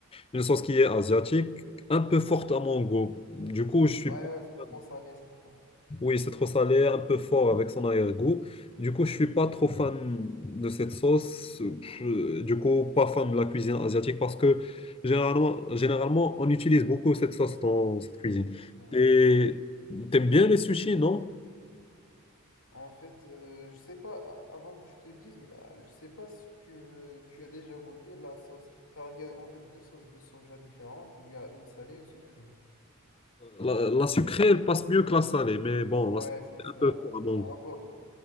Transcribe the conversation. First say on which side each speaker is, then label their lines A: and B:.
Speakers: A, on the left; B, on the left.
A: une sauce qui est asiatique, un peu forte à mon goût. Du coup, je suis
B: Ouais, ouais, c'est
A: pas
B: trop salé, c'est trop.
A: Oui, c'est trop salé, un peu fort avec son arrière-goût. Du coup, je suis pas trop fan de cette sauce. Je- Du coup, pas fan de la cuisine asiatique parce que généralement, généralement on utilise beaucoup cette sauce dans cette cuisine.
B: Ouais.
A: Et t'aimes bien les sushis, non?
B: En fait, euh, je sais pas, a- avant que je te dise, mais, euh, je sais pas si tu, euh, tu as déjà goûté la sauce, car il y a en fait deux sauces de soja différentes. Il y a une salée et une sucrée.
A: La, la sucrée, elle passe mieux que la salée, mais bon,
B: Ouais,
A: la salée,
B: c'est
A: c'est
B: ça.
A: un peu fort à mon
B: Alors,
A: goût.